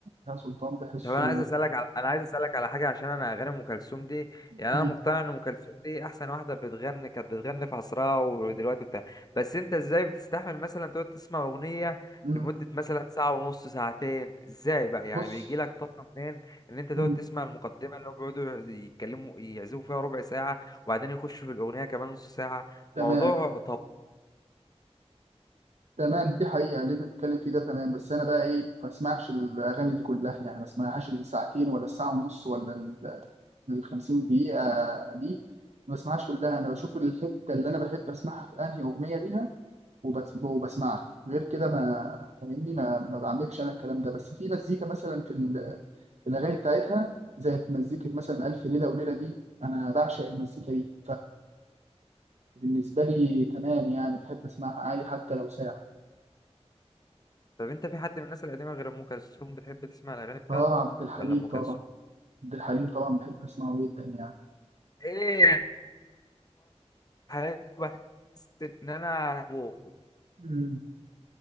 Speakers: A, on the right; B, on the left.
A: بهاء سلطان بحسه
B: طب انا عايز اسالك على انا عايز اسالك على حاجه عشان انا اغاني ام كلثوم دي يعني
A: مم.
B: انا مقتنع ان ام كلثوم دي احسن واحده بتغني كانت بتغني في عصرها ودلوقتي بتاع بس انت ازاي بتستحمل مثلا تقعد تسمع اغنيه
A: مم.
B: لمده مثلا ساعه ونص ساعتين ازاي بقى يعني
A: بص
B: بيجي لك طاقه منين ان انت تقعد
A: مم.
B: تسمع المقدمه اللي هم بيقعدوا يتكلموا يعزفوا فيها ربع ساعه وبعدين يخشوا في الاغنيه كمان نص ساعه
A: تمام
B: موضوع طب
A: تمام دي حقيقة اللي انت بتتكلم فيه ده تمام بس انا بقى ايه ما بسمعش الاغاني دي كلها يعني ما بسمعهاش اللي ساعتين ولا الساعة ونص ولا ال ال 50 دقيقة دي ما بسمعهاش كلها انا بشوف الحتة اللي انا بحب اسمعها في انهي اغنية ليها وبس وبسمعها غير كده ما فاهمني ما, ما بعملش انا الكلام ده بس في مزيكا مثلا في ال- في الاغاني بتاعتها زي مزيكة مثلا ألف ليلة وليلة دي أنا بعشق المزيكا دي فبالنسبة لي تمام يعني بحب أسمعها عادي حتى لو ساعة
B: طب انت في حد من الناس القديمه غير ام كلثوم بتحب تسمع الاغاني بتاعته
A: آه عبد الحليم
B: ولا ام
A: طبعا
B: كلثوم
A: عبد الحليم طبعا بحب اسمعه جدا يعني
B: ايه حاجة بحس ان انا هبوط
A: امم